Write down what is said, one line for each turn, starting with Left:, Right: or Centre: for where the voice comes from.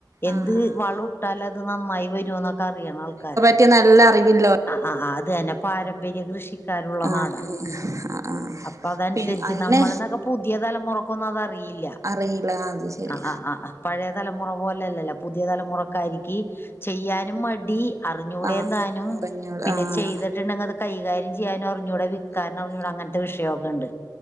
Left: എന്ത്
Right: ആഹ് ആഹ്
Left: വളും ഇട്ടാല് അത് നന്നായി വരൂ എന്നൊക്കെ അറിയണ ആൾക്കാര
Right: കിട്ടി നല്ല അറിവില്ലോ
Left: ആഹ് അത് തന്നെ പാരമ്പര്യ കൃഷിക്കാരുള്ള
Right: ആഹ്
Left: നാടാ
Right: ആഹ് ആഹ്
Left: അപ്പൊ അതനുസരിച്ച്
Right: പിന്നെ അങ്ങനെ
Left: നമ്മള്ന്ന് ഒക്കെ പുതിയ തലമുറക്കൊന്നും അതറിയില്ല
Right: അറിയില്ല അത് ശരി
Left: ആഹ് ആഹ് പഴയ തലമുറ പോലെ അല്ലല്ല പുതിയ തലമുറക്കാരിക്ക്‌ ചെയ്യാനും മടി അറിഞ്ഞൂടേം
Right: ആഹ്
Left: താനും
Right: അറിഞ്ഞോള
Left: പിന്നെ
Right: ആഹ്
Left: ചെയ്തിട്ടുണ്ടെങ്കിൽ അത് കൈകാര്യം ചെയ്യാനും അറിഞ്ഞൂട വി കാരണം
Right: അങ്ങനെ
Left: ഇവ്ടെ അങ്ങനത്തെ വിഷയൊക്കെ ഉണ്ട്